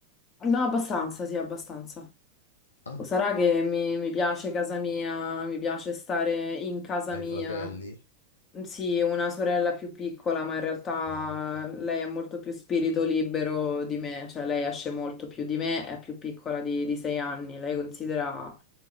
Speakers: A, on the left; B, on the left.
A: No, abbastanza, sì, abbastanza.
B: Ah,
A: Sarà che mi, mi piace casa mia, mi piace stare in casa
B: hai
A: mia.
B: fratelli?
A: Sì, una sorella più piccola, ma in realtà
B: Ah, ok.
A: lei è molto più spirito libero di me, cioè lei esce molto più di me, è più piccola di, di 6 anni, lei considera